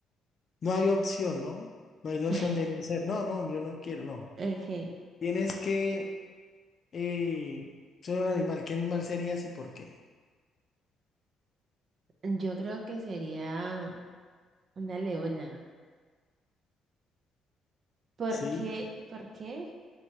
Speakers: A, on the left; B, on the right.
A: No hay opción, ¿no? No hay opción
B: <laughs>
A: de no ser. No, no, yo no quiero, no.
B: Ok.
A: Tienes que eh, ser un animal. ¿Qué animal serías y por qué?
B: Yo creo que sería una leona. ¿Por
A: Sí,
B: qué? ¿Por qué?